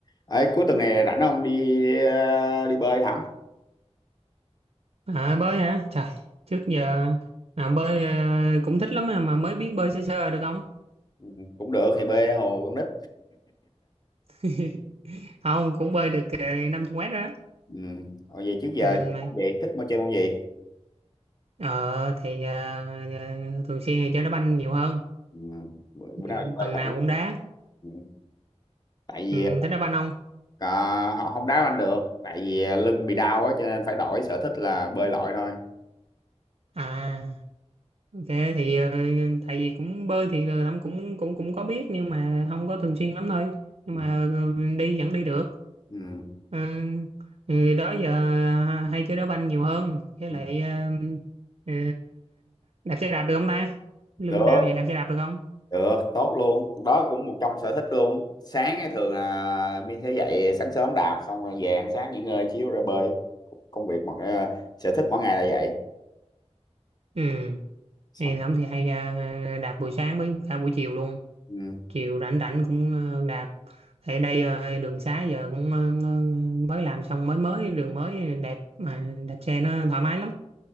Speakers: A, on the left (about 35°); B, on the right (about 70°).
A: Ấy, cuối tuần này rảnh không đi ờ, đi bơi hả?
B: À bơi hả? Trời, trước giờ à, bơi ờ, cũng thích lắm mà, mà mới biết bơi sơ sơ được không?
A: Ừ, cũng được thì bơi hồ con nít.
B: <laughs> Không, cũng bơi được uh, năm chục mét đó.
A: Ừ. Hồi vậy trước giờ
B: Ừ, mà,
A: môn gì thích môn chơi môn gì?
B: ờ, thì ờ, ờ, thường xuyên thì chơi đá banh nhiều hơn.
A: Ừ. Bữa bữa
B: Ừ,
A: nào đi bơi
B: tuần
A: thử.
B: nào cũng đá.
A: Ừ. Tại vì
B: Ừ, thích đá banh không?
A: à, họ không đá banh được, tại vì ờ, lưng bị đau á cho nên phải đổi sở thích là bơi lội thôi.
B: À, ok thì ờ, tại vì cũng bơi thì ờ, cũng cũng cũng cũng có biết nhưng mà không có thường xuyên lắm thôi. Nhưng
A: Ừ.
B: mà ờ, đi vẫn đi được.
A: Ừ.
B: À, thì đó giờ hay chơi đá banh nhiều hơn với
A: Ừ.
B: lại ờ, ờ, đạp xe đạp được không ta lưng
A: Được,
B: đau vậy đạp xe đạp được không
A: được, tốt luôn. Đó cũng một trong sở thích luôn. Sáng ấy thường là Min sẽ dậy sáng sớm đạp xong rồi về ăn sáng nghỉ ngơi xíu rồi bơi. Công việc mọi ờ, sở thích mỗi ngày là vậy.
B: ừ
A: Xong.
B: thì thẩm thì hay ờ, đạp buổi sáng với cả buổi chiều luôn
A: Ừ.
B: chiều rảnh rảnh cũng ờ, đạp ở đây ờ, đường xá giờ cũng ờ, mới làm xong mới mới đường mới đẹp mà đạp xe nó thoải mái lắm